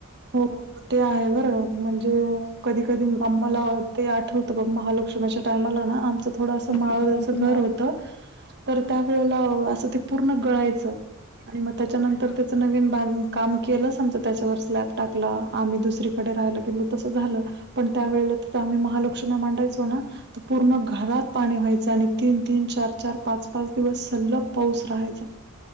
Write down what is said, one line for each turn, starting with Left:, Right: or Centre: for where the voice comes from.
Right: हो ते आहे बरं म्हणजे कधी कधी आम्हाला ते आठवतं बघ महालक्ष्मीच्या टायमाला ना आम थोडंसं
Left: आता
Right: माळदचं
Left: थोडा तुम्हा
Right: घर होतं तर त्यावेेळेला असं ते पूर्ण गळायचं आणि मग त्याच्यानंतर
Left: हा
Right: त्याचं नवीन बांध काम केलंच आमचं त्याच्यावर स्लॅब टाकलं आम्ही दुसरीकडे राहायला गेलो तसं झालं पण त्यावेेळेला तिथ आम्ही महालक्ष्मी मांडायचो ना तर पूर्ण घरात
Left: हा
Right: पाणी व्हायचं आणि तीन तीन चार चार पाच पाच दिवस सलग पाऊस राहायचा